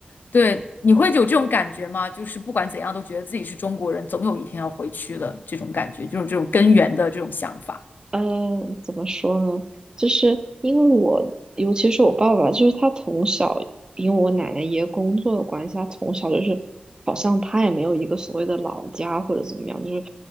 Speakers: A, on the left; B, on the right.
A: 对，你会有这种感觉吗？就是不管怎样都觉得自己是中国人，总有一天要回去的这种感觉，就是这种根源的这种想法。
B: 嗯，怎么说呢？就是因为我，尤其是我爸爸，就是他从小，因为我奶奶爷爷工作的关系，他从小就是好像他也没有一个所谓的老家或者怎么样，就是